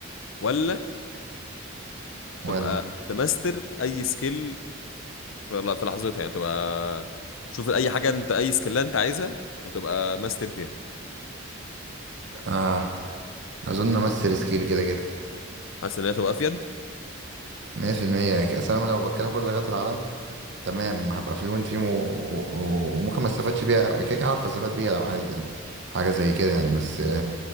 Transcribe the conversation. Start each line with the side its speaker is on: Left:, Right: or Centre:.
Left: ولا تبقى
Right: ولا
Left: تماستر اي سكيل في ل- في لحظتها يعني تبقى شوف اي حاجه انت اي سكيل انت عايزها هتبقى ماستر فيها
Right: اه اظن امس ريسكيل كده كده
Left: حاسس ان هي تبقى افيد
Right: 100% اصل انا لو بتكلم كل لغات العالم تمام هبقى فلوينت فيهم و... و... و- وممكن ما استفادش بيها كده كده عارف استفاد بيها لو عايز يعني حاجه زي كده يعني بس